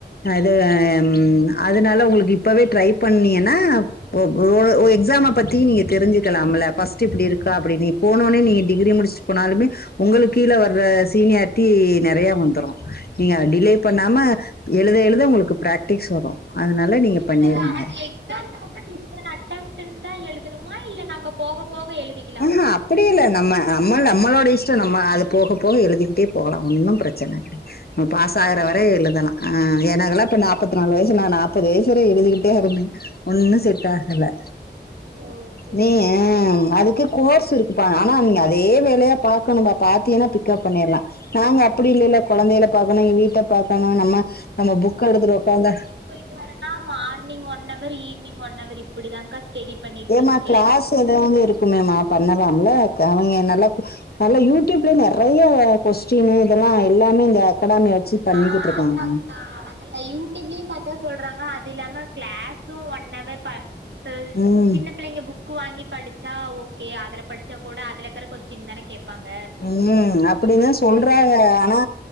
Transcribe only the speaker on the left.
அது ம் அதனால உங்ளுக்கு இப்பவே ட்ரை பண்ணியன்னா ஓ ஒரு ஒரு ஓ எக்ஸாம பத்தி நீங்க தெரிஞ்சுகலாம்ல ஃபர்ஸ்ட் இப்டி இருக்கா அப்டினி போனோனே நீ டிகிரி முடிச் போனாலுமே உங்களுக் கீழே வர்ற சீனியாரிட்டி நெறய வந்துரு நீங்க டிலே பண்ணாம எழுத எழுத உங்ளுக்கு பிராக்டிஸ் வரு அதனால நீங்க
பண்ணிருங்க
அஹ அப்டி இல்ல நம்ம நம்ம நம்மளோட இஷ்டோ நம்ம அது போக போக எழுதிகிட்டே போகலா ஒன்னு பிரச்சன இல்ல நம்ம
பாசாகுற
வர
எழுதலா ஆ எனகுல்லா இப்ப நாப்பத்நாலு வயசு நா நாப்பது வயசு வர எழுதிகிட்டே இருந்தே ஒன்னு செட்டாகல
நீயு
அது கு கோர்ஸ் இருக்குப்பா ஆனா நீங்க அதே வேலையா பாக்கணும்பா பாத்தியென்னா பிக்கப் பண்ணிர்லா நாங்க அப்படி இல்லைல்ல கொழந்தையில பாக்கணு எங்க வீட்ட பாக்கணு நம்ம நம்ம புக் எடுத்துட்டு உக்காந்தா
ஏமா
கிளாஸ் ஏதா இருக்குமேமா பண்ணலாம்ல க அவிங்க நல்லா நல்லா யூடியூப்ல நெறைய கொஸ்டினு இதெல்லா எல்லாமே இந்த அகாடமிய வச்சு பண்ணிக்கிட்டு
இருக்காங்க
ம்
ம் அ அப்டி தா சொல்றாக ஆனா